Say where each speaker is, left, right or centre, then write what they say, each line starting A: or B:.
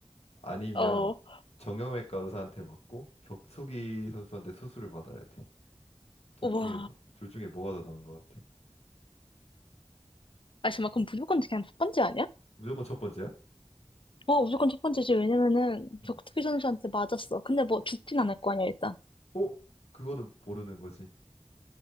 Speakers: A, on the left; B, on the left.
A: 아니면
B: 어,
A: 정형외과 의사한테 맞고 격투기 선수한테 수술을 받아야 돼. 둘
B: 우와.
A: 중에 뭐- 둘 중에 뭐가 더 나은 것 같아?
B: 아, 잠깐만, 그럼 무조건 그냥 첫 번째 아니야?
A: 무조건 첫 번째야?
B: 어, 무조건 첫 번째지. 왜냐면은,
A: 음.
B: 격투기 선수한테 맞았어. 근데 뭐, 죽진 않을 거 아니야, 일단.
A: 어? 그거는 모르는 거지.